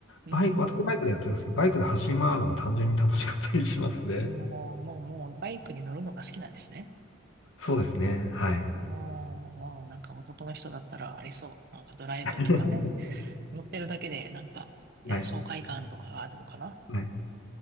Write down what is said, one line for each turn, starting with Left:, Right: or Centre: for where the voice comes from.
Right: うーん。
Left: バイク、私バイクでやってるんですけど、バイクで走り回るのが単純に楽しかったりしますね。
Right: もう、もう、もう、バイクに乗るのが好きなんですね。
Left: そうですね。はい。
Right: おー、なんか男の人だったらありそう。なんかドライブとかね。
Left: <laughs>
Right: 乗ってるだけで、なんか、ね、
Left: はい。
Right: 爽快感とかがあるのかな。
Left: はい。